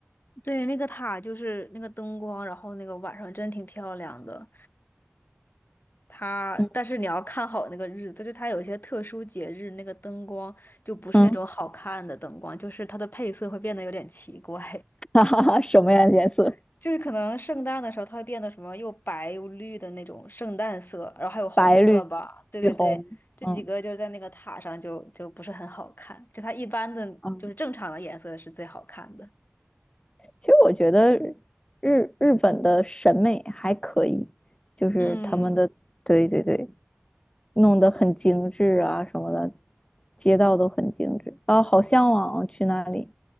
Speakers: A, on the left; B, on the left.
A: 对，那个塔就是那个灯光，然后那个晚上真挺漂亮的。它，
B: 嗯
A: 但是你要看好那个日子，就是它有一些特殊节日，那个灯光就不是那种好看的灯光，
B: 嗯，
A: 就是它的配色会变得有点奇怪，
B: <laughs> 哈哈哈，什么呀颜色？
A: <laughs> 就是可能圣诞的时候它会变得什么又白又绿的那种圣诞色，然后还有红色吧，
B: 白绿
A: 对对对，
B: 绿红，
A: 这几个就是在那个塔上就就不是很好看，
B: 嗯。
A: 就它一般的就是正常的颜色是最好看的。
B: 嗯。其实我觉得日日本的审美还可以，就是他们的，
A: 嗯，
B: 对对对，弄得很精致啊什么的，街道都很精致啊，好向往啊去那里。